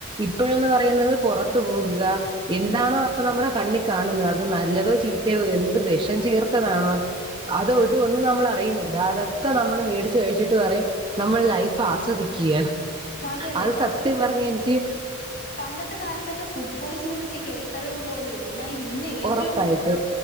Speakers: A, on the right; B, on the left.
A: ഇപ്പോഴെന്ന് പറയുന്നത് പൊറത് ത്തുപോകുക എന്താണോ അപ്പൊ നമ്മുടെ കണ്ണി കാണുന്നത് അത് നല്ലതോ ചീത്തയോ എന്ത് വെഷം ചേർത്തതാണോ അത് അതൊന്നും നമ്മൾ അറിയുന്നില്ല അതൊക്കെ നമ്മള് മേടിച്ച് കഴിച്ചിട്ട് പറയും നമ്മൾ ലൈഫ് ആസ്വദിക്കുകയാണ്
B: അപ്പൊ അതെ അതെ
A: അത്
B: പണ്ട്
A: സത്യം പറഞ്ഞ എനിക്ക്
B: പണ്ടത്തെ കാലത്തൊക്കെ ഫുഡ് പോയ്സനെ പറ്റി കേട്ടറിവ് പോലും ഇല്ല എന്നാൽ ഇന്ന് ഏറ്റവും
A: ഉറപ്പായിട്ട്
B: കൂടുതൽ